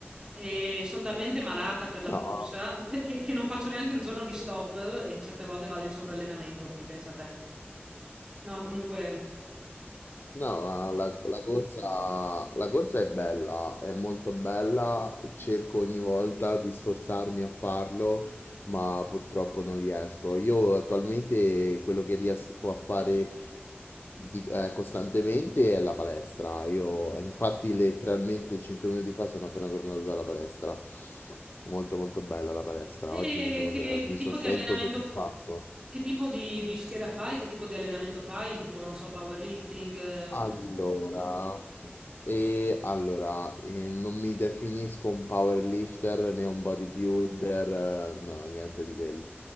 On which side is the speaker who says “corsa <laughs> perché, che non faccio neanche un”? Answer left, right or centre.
Right